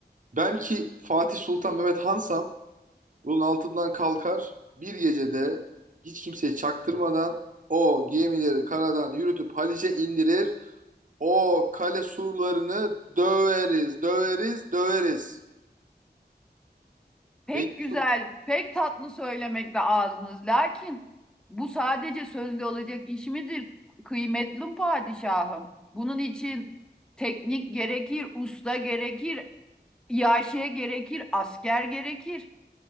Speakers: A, on the right; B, in the centre.
A: Ben ki Fatih Sultan Mehmet Hansam bunun altından kalkar. Bir gecede hiç kimseye çaktırmadan o gemileri karadan yürütüp Haliç'e indirir. O kale surlarını döveriz, döveriz, döveriz.
B: Pek
A: Beylikdüzü
B: güzel, pek tatlı söylemekte ağzınız. Lakin bu sadece sözlü olacak iş midir? Kıymetli padişahım. Bunun için teknik gerekir, usta gerekir, iaşe gerekir, asker gerekir.